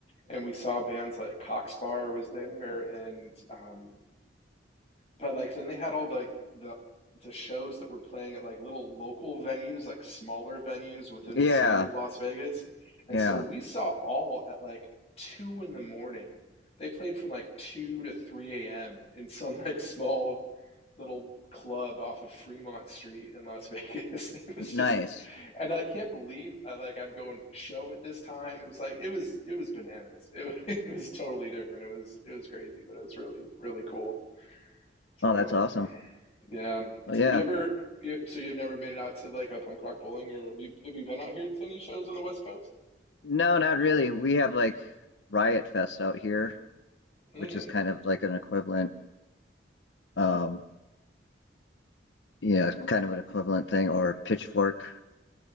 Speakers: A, on the left; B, on the left.
A: and we saw bands like Cox Bar was there, and um, But like then they had all the, like the the shows that were playing at like little local venues, like smaller venues within
B: Yeah.
A: the city of Las Vegas. And
B: Yeah.
A: so we saw all at like two in the morning. They played from like two to three AM in some <laughs> like small little club off of Fremont Street in Las Vegas. <laughs> It was
B: Nice.
A: just and I can't believe I like I'm going to a show at this time. It was like it was it was bananas. <laughs> It, it was totally different. It was it was crazy, but it was really really cool. So,
B: Oh, that's awesome.
A: yeah. Have
B: Well, yeah.
A: you ever? you- So you've never made it out to like a punk rock bowling, or have you? Have you been out here to any shows on the West Coast?
B: No, not really. We have like Riot Fest out here,
A: Mm.
B: which is kind of like an equivalent, um, yeah, kind of an equivalent thing, or Pitchfork